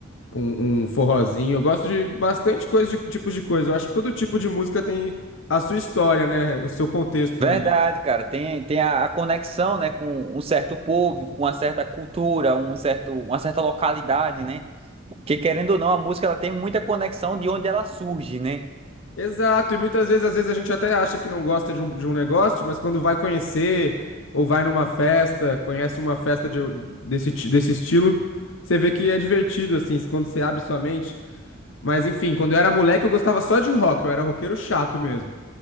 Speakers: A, on the left; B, on the right.
A: um, um forrozinho. Eu gosto de bastante coisa de tipos de coisa. Eu acho que todo tipo de música tem a sua história, né? O seu contexto
B: Verdade,
A: ali.
B: cara, tem, tem a, a conexão, né, com um certo público, com uma certa cultura, um certo, uma certa localidade, né? Porque querendo ou não, a música ela tem muita conexão de onde ela surge, né?
A: Exato, e muitas vezes, às vezes a gente até acha que não gosta de um, de um negócio, mas quando vai conhecer ou vai numa festa, conhece uma festa de- desse, ti- desse estilo, você vê que é divertido, assim, quando você abre sua mente. Mas enfim, quando eu era moleque eu gostava só de rock, eu era roqueiro chato mesmo.